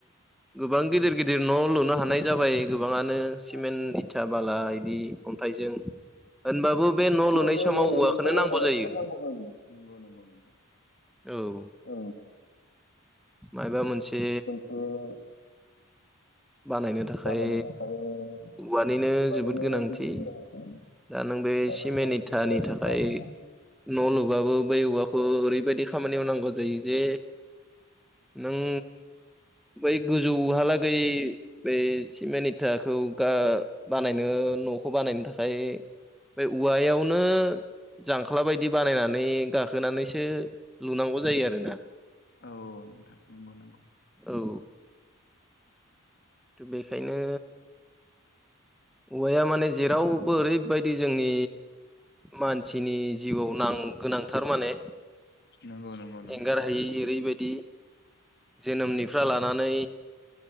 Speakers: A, in the centre; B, on the left (about 50°).
A: गोबां गिदिर गिदिर न' लुनो हानाय जाबाय गोबाङानो सिमेन्ट
B: होनबाबो
A: इथा बाला बिदि अन्थाइजों होनबाबो बे न' लुनाय
B: बे
A: समाव
B: लुनाय
A: औवाखौनो
B: समाव
A: नांगौ
B: औवाखौनो
A: जायो
B: जायो नंगौ नंगौ नोंथां
A: औ
B: औ
A: मायबा मोनसे
B: मायबा
A: बानायनो थाखाय
B: बानायनो थाखाय
A: औवानिनो
B: औवानिनो
A: जोबोद गोनांथि
B: जोबोद गोनांथि
A: दा नों बे
B: आरो
A: सिमेन इथानि
B: सोलोंथाइनि
A: थाखाय न' लुबाबो बै औवाखौ ओरैबायदि खामानियाव नांगौ जायो जे नों बै गोजौहालागै बै सिमेन्ट इथाखौ गा बानायनो न'खौ बानायनो थाखाय बे औवायावनो जांख्ला बायदि बानायनानै गाखोनानैसो लुनांगौ जायो आरोना
B: औ नोंथां नंगौ नंगौ
A: औ थ बेखायनो औवाया माने जेरावबो ओरैबायदि जोंनि मानसिनि जिउआव नां गोनांथार माने
B: नंगौ नंगौ नोंथां
A: एंगारहायै ओरैबायदि जोनोमनिफ्राय लानानै